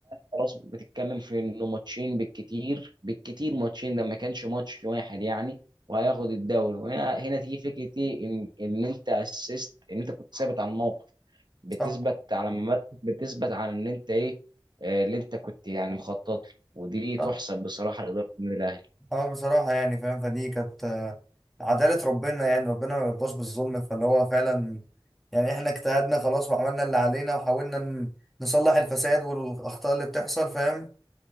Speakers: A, on the right (about 55°); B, in the centre.
A: خلاص بتتكلم في انه ماتشين بالكتير بالكتير ماتشين ده ما كانش ماتش واحد يعني وهياخد الدوري وهنا هنا تيجي فكره ايه ان ان انت اسست ان انت كنت ثابت على الموقف بتثبت
B: صح
A: على ممارسة بتثبت على ان انت ايه آه، اللي انت كنت يعني مخطط له ودي
B: صح
A: تحسب بصراحه لاداره النادي الاهلي
B: اه بصراحة يعني فاهم فدي كانت آه، عدالة ربنا يعني ربنا ما يرضاش بالظلم فاللي هو فعلا يعني احنا اجتهدنا خلاص وعملنا اللي علينا وحاولنا ن- نصلح الفساد والأخطاء اللي بتحصل فاهم